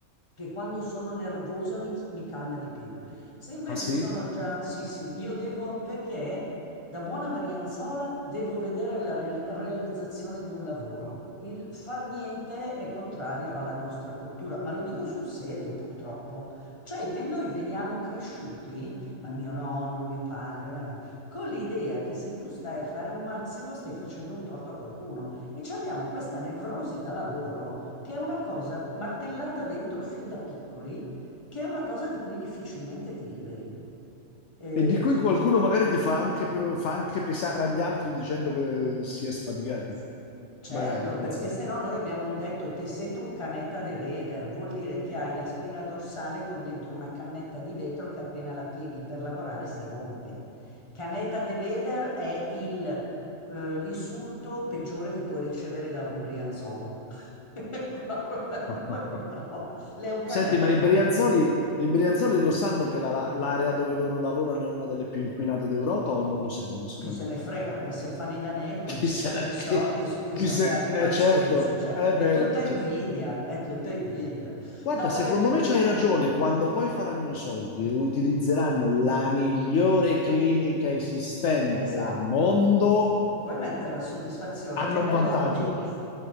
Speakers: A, on the left; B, on the left.
A: che quando sono nervosa mi, mi calma di più. Se invece
B: Ah sì?
A: sono già, sì, sì, io devo, perché? Da buona brianzola devo vedere la reali- realizzazione di un lavoro. Il far niente è contrario alla nostra cultura, ma lo dico sul serio purtroppo. Cioè, ve- noi veniamo cresciuti, ma mio nonno, mio padre, mia madre, con l'idea che se tu stai a fare un mazzego stai facendo un torto a qualcuno. E ci abbiamo questa nevrosi da lavoro che è una cosa martellata dentro fin da piccoli, che è una cosa di cui difficilmente ti liberi. Eh,
B: E di cui qualcuno magari ti fa anche, pe- fa anche pesare agli altri dicendo che si è sfaticati,
A: Certo,
B: magari,
A: perché
B: non so.
A: se no noi abbiamo un detto un canetta de veder, vuol dire che hai la spina dorsale con dentro una cannetta di vetro che appena la pieghi per lavorare si rompe. Canetta de veder è il, eh, l'insulto peggiore che puoi ricevere da un brianzolo. <laughs> Proprio per
B: <laughs>
A: noi è una roba. Lei è un canetta
B: Senti, ma
A: de
B: i Brianzoli,
A: veder.
B: i Brianzoli lo sanno che la- la- l'area dove loro lavorano è una delle più inquinate d'Europa o non lo sanno, secondo
A: Chi se ne
B: te?
A: frega, quando si fanno i danè,
B: <laughs>
A: quando
B: Chi
A: si
B: se
A: fanno
B: ne...
A: i soldi,
B: Chi,
A: scusami,
B: chi se...
A: eh, abbi
B: Eh
A: pazienza,
B: certo,
A: cioè
B: eh
A: è
B: beh,
A: tutta invidia,
B: cioè,
A: è tutta invidia.
B: Guarda,
A: No, vabbè,
B: secondo
A: per
B: me
A: cui
B: c'hai
A: io...
B: ragione, quando poi faranno i soldi e utilizzeranno la migliore clinica esistente
A: Esatto.
B: al mondo,
A: Vuoi mettere la soddisfazione?
B: hanno
A: Che
B: un
A: bel
B: vantaggio.
A: hobby!